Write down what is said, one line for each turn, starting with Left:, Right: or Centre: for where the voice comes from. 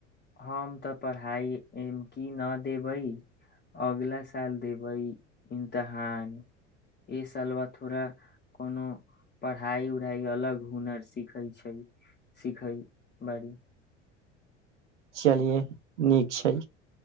Left: हम तऽ पढ़ा हइ एमकी न देबै अगला साल देबै इमतहान एहिस अलवा थोड़ा कोनो पढ़ाई उढ़ाई अलग हुनर सिखै छै सिखै बारी
Right: चलिये नीक छै